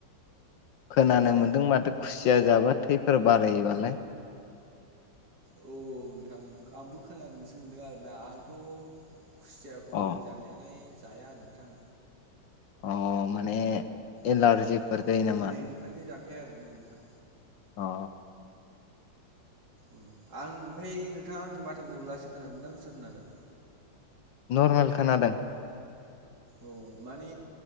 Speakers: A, on the left; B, on the right.
A: खोनानो
B: औ
A: मोनदों माथो खुसिया जाबा थैफोर बारायोबालाय
B: औ औ नोंथां आंबो खोनानोसो मोनदों आरोना आं थ' खुसियाखौ
A: अ
B: जानायालाय जाया नोंथां
A: अह माने एलारजिफोर
B: ओ मानि
A: जायो नामा
B: ओन्दैनिफ्रायनो जाखाया आरोना नोंथां
A: ओ
B: आं आमफाय नोंथांआआंनि माथोखौ लासै खोनादों ना गोसा खोनादों
A: नरमेल खोनादों
B: औ मानि